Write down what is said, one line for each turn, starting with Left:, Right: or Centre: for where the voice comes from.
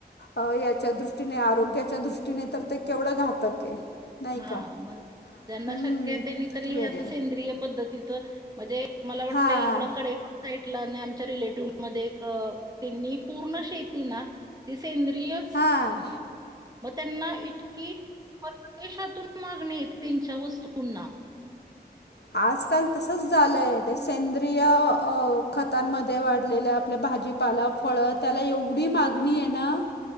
Left: अ याच्या दृष्टीने आरोग्याच्या दृष्टीने तर ते केवढं घातक आहे. नाही
Right: हा
Left: का?
Right: मग ज्यांना
Left: हम्म
Right: शक्य आहे त्यांनी
Left: ज्यांना
Right: तरी
Left: वेगळ
Right: हे असं सेंद्रिय
Left: शक्य
Right: पद्धतीच म्हणजे मला वाटत
Left: हा.
Right: इकड कडे साईटला आणि आमच्या रिलेटिव्ह मध्ये एक त्यांनी पूर्ण शेती ना ते सेंद्रिय
Left: हां.
Right: मग त्यांना इतकी परदेशातून मागणी येत त्यांच्या वस्तूंना.
Left: आजकाल तसंच झालंय ते सेंद्रिय अ खतांमध्ये वाढलेल्या आपल्या भाजी पाला, फळ त्याला एवढी मागणी आहे ना